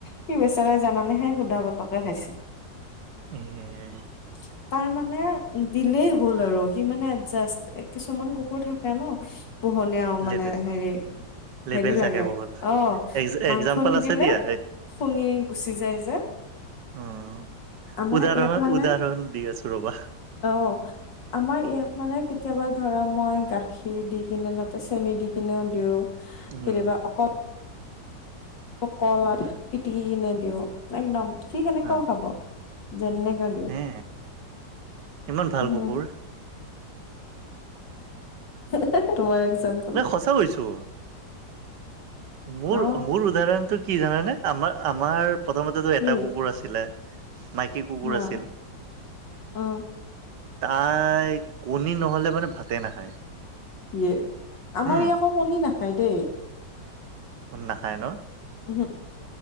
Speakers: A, on the left; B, on the right.
A: সি বেচৰাই জানানে হে সুধা ভাতকে খাইছে।
B: উম- উম
A: <unintelligible> তাৰ মানে দিলেই হ'ল আৰু সি মানে এডজাষ্ট এ কিছুমান কুকুৰ থাকে ন' পোহনীয়াওঁ মানে
B: লেবেল
A: হেৰি
B: লেবেল
A: হেৰি লাগে
B: থাকে বহুত
A: অ,
B: এক্স
A: মাংস
B: এক্জাম্পল
A: নিদিলে
B: আছে দিয়া
A: শুঙি গুচি যায় যে।
B: উম,
A: আমাৰ
B: উদাৰহৰণ-
A: ইয়াক মানে
B: উদাৰহৰণ দি আছো ৰবা।
A: অ', আমাৰ ইয়াক মানে কেতিয়াবা ধৰা মই গাখীৰ দি কিনে তাতে চেনি দি কিনেও দিও। কেতিয়াবা
B: উম
A: অকল কল আৰ পিটিকি কিনে দিও একদম সি সেনেকাও
B: অ
A: খাব যেনেকে দিওঁ
B: হে ইমান ভাল
A: উম
B: কুকুৰ?
A: <unintelligible> তোমাৰএকযাম
B: যে সঁচা হৈছো। মোৰ
A: অ
B: -মোৰ উদাহৰণটো কি জানানে আমাৰ- আমাৰ প্ৰথমতেতো
A: কি
B: এটা কুকুৰ আছিলে মাইকী কুকুৰ
A: হা
B: আছিল।
A: অ
B: তাই কণী নহ'লে মানে ভাতে নাখায়।
A: ইয়ে আমাৰ
B: উম
A: ই আকৌ কণী নাখায় দে।
B: উম, নাখাই নহ?
A: উ, হো